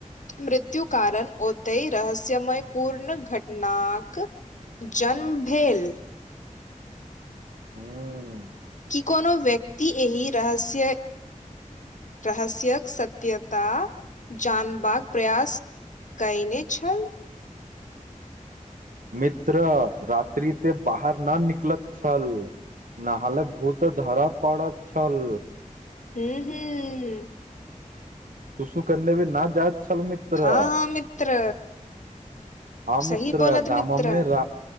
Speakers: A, on the left; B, on the right.
A: मृत्यु कारण ओतय रहस्यमय पूर्ण घटनाक जन्म भेल
B: हूँ
A: कि कोनो व्यक्ति एहि रहस्य रहस्यक सत्यता जानबाक प्रयास कएने छल
B: मित्र रात्रि ते बाहर ना निकलत छल नाहल भूत धर' पड़' छल
A: हूँ हूँ
B: शुशु करने भी न जाइत छल मित्र
A: हँ हँ मित्र
B: हँ मित्र
A: सही बोलत
B: गाम'
A: मित्र
B: मे र'